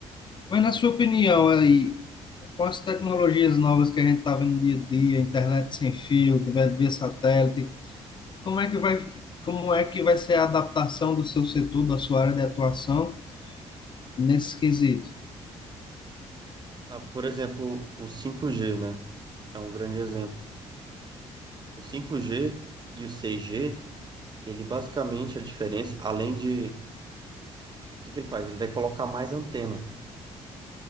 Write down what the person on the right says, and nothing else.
Ah, por exemplo, o cinco g né? É um grande exemplo. O cinco g e o seis g ele basicamente a diferença, além de, o que que ele faz? Ele vai colocar mais antenas.